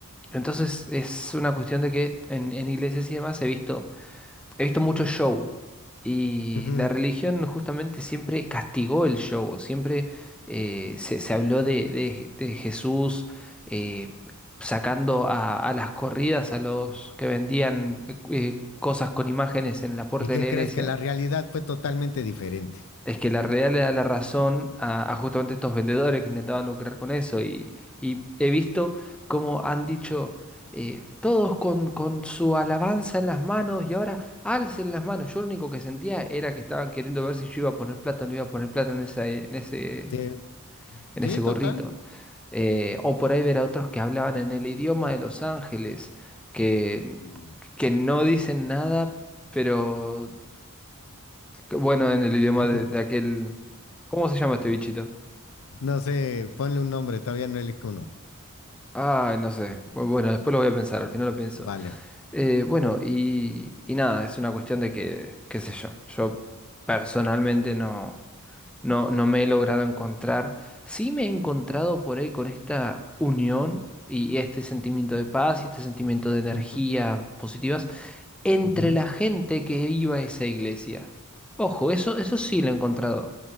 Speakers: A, in the centre; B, on the left (about 65°).
A: entonces es una cuestión de que en, en iglesias y demás he visto he visto mucho show y
B: Ujú.
A: la religión justamente siempre castigó el show, siempre eh, se, se habló de, de- de Jesús eh, sacando a, a las corridas a los que vendían eh, cosas con imágenes en la puerta
B: ¿Y qué
A: de la iglesia.
B: crees? Que la realidad fue totalmente diferente.
A: Es que la realidad le da la razón a, a justamente estos vendedores que intentaban lucrar con eso y, y he visto cómo han dicho eh, todos con, con su alabanza en las manos y ahora alcen las manos. Yo lo único que sentía era que estaban queriendo ver si yo iba a poner plata o no iba a poner plata en esa, en ese,
B: Sí,
A: en
B: sí,
A: ese gorrito.
B: total.
A: Eh, o por ahí ver a otros que hablaban en el idioma de Los Ángeles, que,
B: Mm.
A: que no dicen nada, pero que Bueno, en el idioma
B: Ujú.
A: de, de aquel... ¿Cómo se llama este bichito?
B: No sé, ponle un nombre, todavía no elijo uno.
A: Ay, no sé. Bu- Bueno, después lo voy a pensar, al final lo pienso.
B: Vale.
A: Eh, bueno, y, y nada, es una cuestión de que, qué sé yo, yo personalmente no... No, no me he logrado encontrar. Sí me he encontrado por ahí con esta unión y este sentimiento de paz y este sentimiento de energía
B: Ujú,
A: positivas entre
B: ujú,
A: la gente que iba a esa iglesia. Ojo, eso, eso sí lo he encontrado.